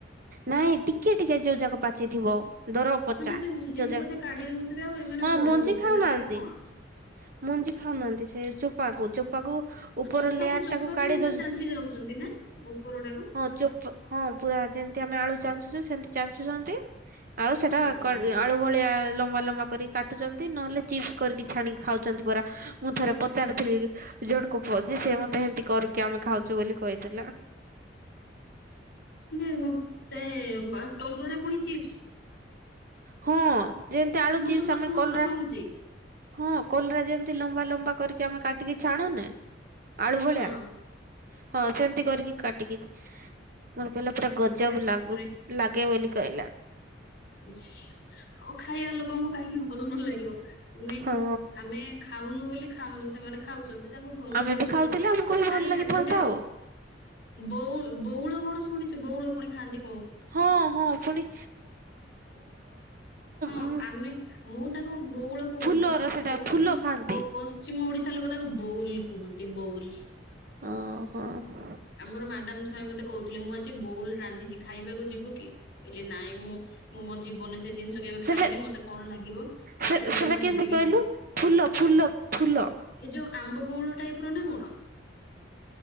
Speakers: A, on the right; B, on the left.
A: ନାଇଁ ଟିକେ ଟିକେ ଯୋଉ ଯାକ ପାଚିଥିବ। ଦର ପଚା
B: ହଁ ଯେ ସେ ମଞ୍ଜିକୁ
A: ଯୋଉ ଯାକ
B: ବୋଧେ କାଢି ଦଉଥିବେ ଆଉ ଏମାନେ
A: ହଁ
B: ଭଜା
A: ମଞ୍ଜି
B: କରୁଥିବେ
A: ଖାଉନାହାନ୍ତି
B: ତାକୁ ନା କଣ?
A: ମଞ୍ଜି ଖାଉନାହାନ୍ତି ସେ ଚୋପାକୁ ଚୁପ୍ ଚୋପାକୁ ଉପର
B: ଆଉ ଚୋପାକୁ
A: ଲେୟାର
B: ଚୋପାକୁ
A: ଟାକୁ କାଢି ଦଉଚୁ
B: ବା ଚାଞ୍ଚି ଯାଉଛନ୍ତି ନା ଉପରଟାକୁ
A: ହଁ ଚୋପ ହଁ। ପୁରା ଯେ ଯେମତି ଆମେ ଆଳୁ ଚାଞ୍ଚୁଚୁ ସେମତି ଚାଞ୍ଚୁଚନ୍ତି। ଆଉ ସେଟା
B: ଉଁ
A: କ-ଆଳୁ ଭଳିଆ ଲମ୍ବା ଲମ୍ବା କରିକି କାଟୁଚନ୍ତି। ନହେଲେ ଚିପ୍ସ କରିକି ଛାଣିକି ଖାଉଚନ୍ତି ପରା। ମୁଁ ଥରେ ପଚାରିଥିଲି ଜଣଙ୍କୁ ଯେ ସେ ମତେ ସେନ୍ତି କରୁ କିି ଆମେ ଖାଉଚୁ ବୋଲି କହିଥିଲେ।
B: ଯେ ହଁ। ସେଏ ମା-ଟୋଲରେ ପୁଣି ଚିପ୍ସ।
A: ହଁଅଁ। ଜେନ୍ତି ଆଳୁ
B: ମୁଁ
A: ଚିପ୍ସ
B: ତ ପ୍ରଥମ
A: ଆମେ କଲରା
B: ଥର ଶୁଣୁଛି
A: ହଁ କଲରା ଯେମ ଲମ୍ବା ଲମ୍ବା କରିକି ଆମେ କାଟିକି ଛାଣୁନେ? ଆଳୁ ଭଳିଆ।
B: ହଁ
A: ହଁ ସେମତି କରିକି। କାଟିକିତି ମ ଲୋ ପୁରା ଗଜବ
B: ଆରେ ବାପରେ
A: ଲାଗୁ ଲାଗେ ବୋଲି କଇଲା।
B: ଇସ୍। ଓ ଖାଇଆ ଲୋକଙ୍କୁ କାହିଁକି ଭଲ ନ ଲାଗିବ? ଆମେ
A: ହଁ
B: ଆମେ ଖାଉନୁ ବୋଲି ଖାଉନୁ ସେ ସେମାନେ। ଖାଉଚନ୍ତି ତାଙ୍କୁ ଭଲ
A: ଆମେ
B: ଲାଗୁଥିବେ।
A: ବି ଖାଉଥିଲେ ଆମକୁ ବି ଭଲ
B: ଆରେ
A: ଲାଗିଥାନ୍ତା
B: ଆ-ଗୋଟେ
A: ଆଉ।
B: ବଉଲ୍ ବଉଳ ବଣ ସୁ ଶୁଣିଚୁ ବଉଳ ପୁଣି ଖାଆନ୍ତି।
A: ହଁ ହଁ। ଫୁଣି।
B: ହୁଁ
A: ଉଁ
B: ଆମେ ମୁଁ ତାକୁ ବଉଳ କହୁଚି।
A: ଫୁଲର ସେଟା
B: ପଶ୍ଚିମ
A: ଫୁଲ ଖାଆନ୍ତି
B: ବ-ପଶ୍ଚିମ ଓଡିଶା ଲୋକ ତା ତାକୁ ବୋଉଲ୍ କୁହନ୍ତି ବୋଉଲ୍।
A: ଅଂ ହଁ।
B: ଆମର ମାଡାମ ଥରେ ମତେ କହୁଥିଲେ, ମୁଁ ଆଜି ବୋଉଲ୍ ରାନ୍ଧିଚି ଖାଇବାକୁ ଯିବୁ କି? କଇଲି ନାଇଁ ମୁଁ ମୁଁ ମୋ ଜୀବନରେ ସେ ଜିନିଷ କେବେ
A: ସେଟା
B: ଖାଇନି ମତେ କଣ ଲାଗିବ ତାଠୁ
A: ସେ
B: ଭଲ
A: ସେଟା
B: ମୁଁ
A: କେମିତି
B: ଯିବି ହିଁ
A: କହିଲୁ
B: ନାଇଁ,
A: ଫୁଲ ଫୁଲ ଫୁଲ
B: ଏ ଯୋଉ ଆମ୍ବ ବୋଉଳ ଟାଇପ ର ନା କଣ?